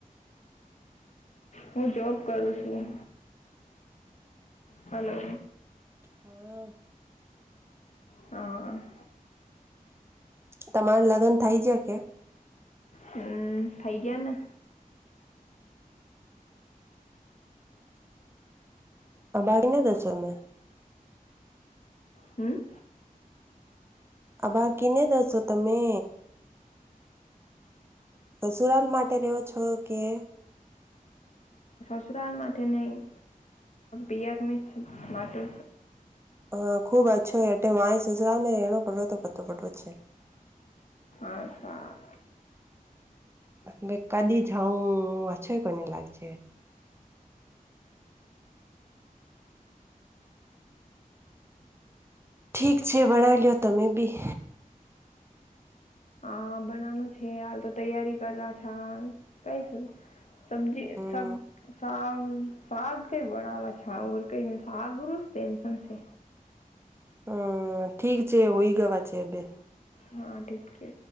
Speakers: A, on the left (about 55°); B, on the right (about 15°).
A: હું જોબ કરું છું. હાલો.
B: હા
A: હા.
B: તમારે લગ્ન થઇ ગયા કે?
A: હમ્મ, થઈ ગયા ને.
B: અ બાકીના દસોમે.
A: હમ્મ.
B: આ બાકીને દસો તમે? સસુરાલ માટે રવો છો કે?
A: સસરાલ માટેથે નહી પિયર ન માટે.
B: હા ખુબ અચછો એટે માય સજરા ને એનો પડવો તો પતો પડવો છે.
A: હચ્ચાં.
B: બે કદી જવ છો કોને લાગજ. ઠીક છે ભણ લોયો તમે બી.
A: હા બનાવાનું છે હાલ તો તૈયારી કરા છા કઈ. સબજી
B: હમ
A: સબ શ શગ કઈ બણવા છેર કઈ સાગું ટેન્શન છે.
B: હમ્મ ઠીક છે હોય ગવા છે બે.
A: હા ઠીક છે.